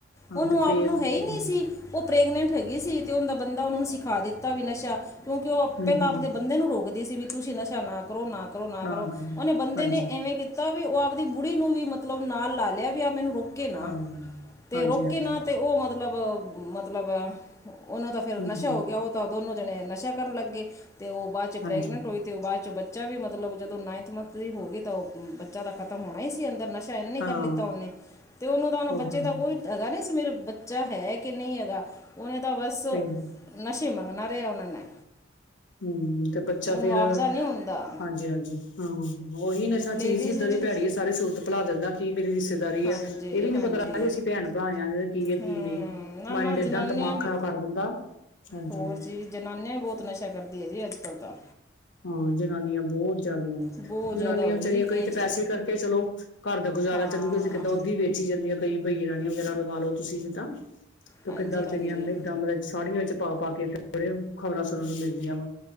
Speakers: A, on the left; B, on the left.
A: ਹਾਂ
B: ਉਹਨੂੰ
A: ਤੇ
B: ਆਪ
A: ਫੇਰ
B: ਨੂੰ ਹੈ ਈ
A: ਹਾਂਜੀ
B: ਨੀਂ ਸੀ। ਉਹ ਪ੍ਰੈਗਨੈਂਟ ਹੈਗੀ ਸੀ ਤੇ ਉਂਹਦਾ ਬੰਦਾ ਓਨੂੰ ਸਿੱਖਾ ਦਿੱਤਾ ਵੀ ਨਸ਼ਾ ਕਿਉਂਕਿ ਓਹ
A: ਹੂੰ
B: ਪਹਿਲਾਂ
A: ਹੂੰ
B: ਅਪਦੇ ਬੰਦੇ ਨੂੰ ਰੋਕਦੀ ਸੀ, ਵੀ ਤੁਸੀਂ ਨਸ਼ਾ ਨਾ ਕਰੋ ਨਾ ਕ ਓਨੇ
A: ਤਾਂ ਕਰ
B: ਬੰਦੇ
A: ਹਾਂਜੀ
B: ਨੇ ਐਵੇਂ ਤਾ ਵੀ ਉਹ ਆਪਦੀ ਬੁੜੀ ਨੂੰ ਵੀ ਮਤਲਬ ਨਾਲ ਲਾ ਲਿਆ ਵੀ ਆ ਮੈਨੂੰ ਰੋਕ ਕੇ ਨਾ
A: ਹਾਂ
B: ਤੇ
A: ਹਾਂਜੀ
B: ਰੋਕੇ
A: ਹਾਂਜੀ
B: ਨਾ ਤੇ ਉਹ ਮਤਲਬ, ਮਤਲਬ ਓਨੂੰ ਤਾਂ ਫਿਰ
A: ਹੂੰ
B: ਨਸ਼ਾ
A: ਹੂੰ
B: ਹੋ ਗਿਆ, ਉਹ ਤਾਂ ਦੋਨੋਂ ਜਣੇ ਨਸ਼ਾ ਕਰਨ ਲਾਗੇ ਤੇ ਉਹ ਬਾਦ 'ਚ
A: ਹਾਂਜੀ
B: ਪ੍ਰੈਗਨੈਂਟ ਹੋਈ ਤੇ ਓ ਬਾਅਦ ਚ ਬੱਚਾ ਵੀ ਮਤਲਬ, ਜਦੋਂ ਨਾਈਨਥ ਮੰਥ ਦੀ ਹੋ ਗਈ ਤਾਂ ਉਹ ਬੱਚਾ ਦਾ ਖ਼ਤਮ ਹੋਣਾ ਈ ਸੀ ਅੰਦਰ ਨਸ਼ਾ ਧਿਆਨ ਕਰ
A: ਹਾਂ
B: ਲਿੱਤਾ ਓਨੇ ਤੇ ਉਨੂੰ ਤਾਂ ਹੁਣ ਬੱਚੇ
A: ਉਹੀ
B: ਦਾ ਕੋਈ ਹੈਗਾ ਨਹੀਂ ਸੀ, ਮੇਰਾ ਬੱਚਾ ਹੈ ਕਿ ਨਈਂ ਹੈਗਾ ਓਨੇ ਤਾਂ ਬਸ
A: ਫੇਰ
B: ਨਸ਼ੇ ਮਗਂਣਾ ਰੇਆ ਓਨਾ ਨੇ।
A: ਹਮ ਤੇ ਬੱਚਾ
B: ਉਹਨੂੰ
A: ਫੇਰ
B: ਆਪਦਾ ਨਹੀਂ ਹੁੰਦਾ
A: ਹਾਂਜੀ-ਹਾਂਜੀ, ਹਾਂ, ਓਹੀ ਨਸ਼ਾ ਨਸ਼ਾ
B: ਲੇਡੀਜ਼
A: ਚੀਜ਼ ਈ ਏਦਾਂ
B: ਵੀ
A: ਦੀ ਭੈੜੀ ਏ, ਸਾਰੀ ਸੁਰਤ ਭੁਲਾ ਦੇਂਦਾ। ਕੀ ਮੇਰੀ ਰਿਸ਼ਤੇਦਾਰੀ
B: ਹਾਂਜੀ
A: ਐ, ਇਹ ਵੀ ਨੀ
B: ਹਾਂਜੀ
A: ਪਤਾ ਲਦਾ ਵੀ ਅਸੀਂ ਭੈਣ ਭਰਾ ਇਆ, ਕੀ ਐ
B: ਹੂੰ
A: ਕੀ ਨਹੀਂ,
B: ਨਾ
A: ਮਾਇੰਡ
B: ਨਾ
A: ਏਦਾਂ
B: ਜਨਾਨੀਆਂ
A: ਦਿਮਾਗ
B: ਵੀ
A: ਖਰਾਬ ਕਰ ਦਿੰਦਾ, ਹਾਂਜੀ।
B: ਹੋਰ ਜੀ ਜਨਾਨੀਆਂ ਵੀ ਬਹੁਤ ਨਸ਼ਾ ਕਰਦੀ ਏ ਜੀ ਅੱਜ ਕੱਲ੍ਹ ਤਾਂ
A: ਹਾਂ, ਜਨਾਨੀਆਂ ਬਹੁਤ ਜ਼ਿਆਦਾ ਈਆ।
B: ਬਹੁਤ
A: ਜਨਾਨੀਆਂ
B: ਜ਼ਿਆਦਾ ਹੋ
A: ਵਿਚਾਰੀਆਂ
B: ਗਈ ਜੀ ਵੇਚ
A: ਕਈ ਤੇ ਪੈਸੇ ਕਰਕੇ ਚਲੋ ਘਰ ਦਾ ਗੁਜ਼ਾਰਾ
B: ਹਾਂ
A: ਚੱਲੂਗਾ ਤੇ ਦੁੱਧ ਈ ਵੇਚੀ ਜਾਂਦੀਆਂ। ਕਈ ਬਈਰਾਣੀਆ ਵਗੈਰਾ ਲਗਾ ਲਓ ਤੁਸੀਂ ਜਿੱਦਾਂ ਤੇ
B: ਹਾਂਜੀ
A: ਕਿੱਦਾਂ ਵਿਚਾਰੀਆਂ
B: ਹਾਂਜੀ
A: ਇੱਦਾਂ ਮਤਲਬ ਸਾੜੀਆਂ ਵਿੱਚ ਪਾ-ਪਾ ਕੇ ਖ਼ਬਰਾਂ ਸੁਣਨ ਨੂੰ ਮਿਲਦੀਆਂ ਵਾ